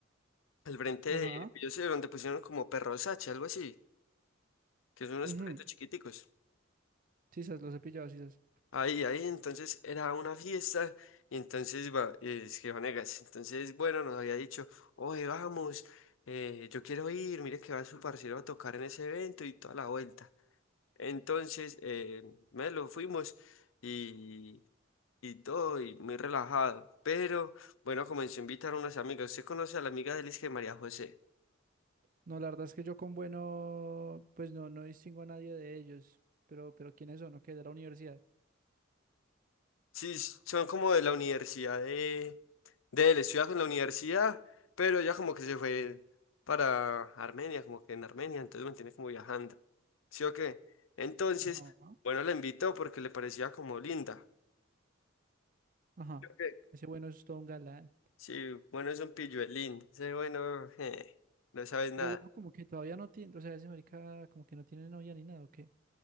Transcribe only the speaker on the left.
Al frente
de, yo sé, donde pusieron como perros Sachi, algo así, que son unos
perritos chiquiticos.
Ahí, ahí, entonces era una fiesta, y entonces va, eh, es que Vanegas, entonces, bueno, nos había dicho, oye, vamos, eh, yo quiero ir, mire que va su parcero a tocar en ese evento y toda la vuelta. Entonces, eh, me lo fuimos y, y todo, y muy relajado. Pero, bueno, comenzó a invitar a unas amigas. ¿Usted conoce a la amiga de Liz que María José?
Sí, son como de la universidad de, de él, estudia con la universidad, pero ella como que se fue para Armenia, como que en Armenia, entonces mantiene como viajando. ¿Sí o qué? Entonces,
bueno, la invitó porque le parecía como linda.
Ok.
Sí, bueno, es un pilluelín. Dice, bueno, <laughs> eh, no sabes nada.